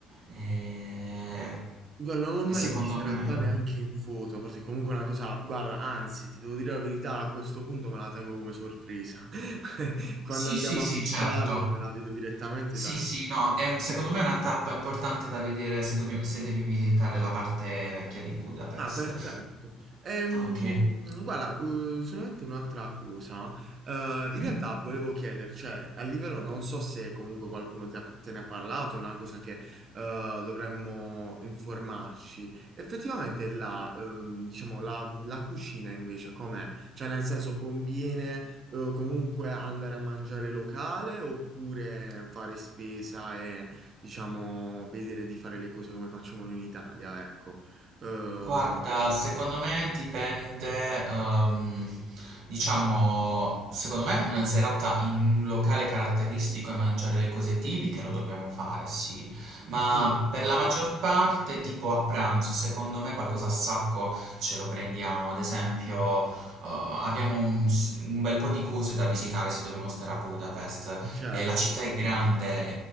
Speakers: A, on the right; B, on the right.
A: ehm,
B: guarda, non l'ho mai
A: e secondo
B: vista
A: me
B: in realtà neanche in foto, forse è comunque una cosa... Guarda, anzi, ti devo dire la verità, a questo punto me la tengo come sorpresa. <laughs> Quando
A: sì,
B: andiamo
A: sì, sì,
B: a visitarlo
A: certo.
B: me la vedo direttamente
A: Sì,
B: dal
A: sì,
B: vivo.
A: no, è un- secondo me è una tappa importante da vedere se, dobbiamo- se devi visitare la parte vecchia di Budapest.
B: Ah, perfetto. Ehm,
A: Ok.
B: guarda, eh, solamente un'altra cosa. Eh,
A: Mhm.
B: in realtà volevo chiedere, cioè, a livello, non so se comunque qualcuno ti ha- te ne ha parlato, è una cosa che eh, dovremmo informarci. Effettivamente la, ehm, diciamo, la, la cucina invece com'è? Cioè, nel senso, conviene eh, comunque andare a mangiare locale oppure fare spesa e, diciamo, vedere di fare le cose come facciamo in Italia, ecco? Ehm,
A: Guarda, secondo me dipende, ehm, diciamo, secondo me una serata in un locale caratteristico e mangiare le cose tipiche lo dobbiamo fare, sì, ma
B: sì,
A: per la maggior parte, tipo a pranzo, secondo me qualcosa a sacco ce lo prendiamo, ad esempio, eh, abbiamo un, s- un bel po' di cose da visitare se dobbiamo stare a Budapest,
B: certo,
A: eh, la città
B: sì.
A: è grande